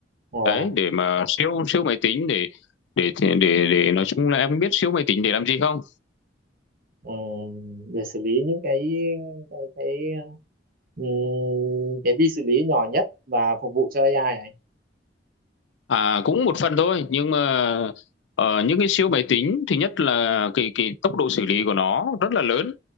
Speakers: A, on the right (about 55°); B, on the left (about 75°).
A: Wow.
B: đấy để mà siêu siêu máy tính để để để, để nói chung là em biết siêu máy tính để làm gì không?
A: Ừm, để xử lý những cái cái cái ừm, cái vi xử lý nhỏ nhất và phục vụ cho AI ấy.
B: À, cũng một phần thôi nhưng mà ở những cái siêu máy tính thì nhất là cái cái tốc độ xử lý của nó rất là lớn